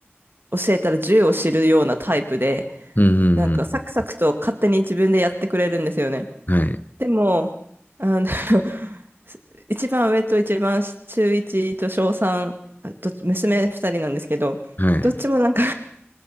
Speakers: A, on the right; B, on the left.
A: 教えたら10を知るようなタイプで、
B: うん、う
A: なんかサクサクと勝手に自分でやってくれるんですよね。
B: ん、うんはい、
A: でも、あの <laughs> 一番上と一番し中1と小3、あどっち娘2人なんですけど、
B: はい、
A: どっちもなんか